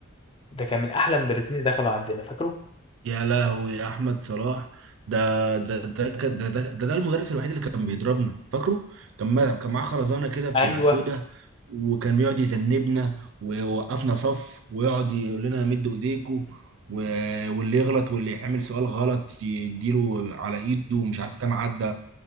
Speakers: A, on the left; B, on the right.
A: ده كان من احلى مدرسين اللي دخلوا عندنا فاكره
B: يا لهوي يا احمد صلاح ده ده ده كان- ده ده, ده, ده المدرس الوحيد اللي كان بيضربنا فاكره كان ما- كان معاه خرزانه كده بتبقى
A: ايوه
B: سودة وكان يقعد يذنبنا ويوقفنا صف ويقعد يقول لنا مدوا ايديكم و- واللي يغلط واللي يعمل سؤال غلط يديله على ايده ومش عارف كام عدى